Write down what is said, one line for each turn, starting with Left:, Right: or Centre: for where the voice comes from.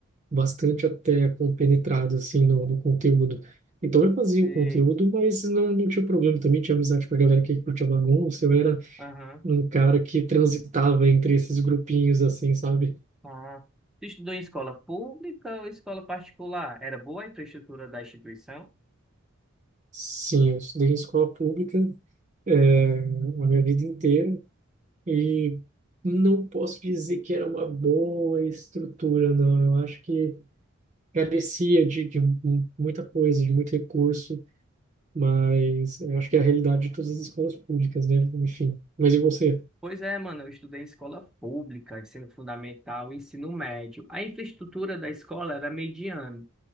Right: bastante até compenetrado assim no, no conteúdo. Então eu fazia
Centre: sei.
Right: o conteúdo, mas não, não tinha problema também, tinha amizade com a galera que curtia bagunça. Eu era
Centre: Aham.
Right: um cara que transitava entre esses grupinhos assim, sabe?
Centre: Ah, tu estudou em escola pública ou escola particular? Era boa a infraestrutura da instituição?
Right: Sim, eu estudei em escola pública, eh, a minha vida inteira. E não posso dizer que era uma boa estrutura, não. Eu acho que carecia de, de mu- muita coisa, de muito recurso, mas eu acho que é a realidade de todas as escolas públicas, né? Enfim. Mas e você?
Centre: Pois é, mano, eu estudei em escola pública, ensino fundamental, ensino médio. A infraestrutura da escola era mediana. A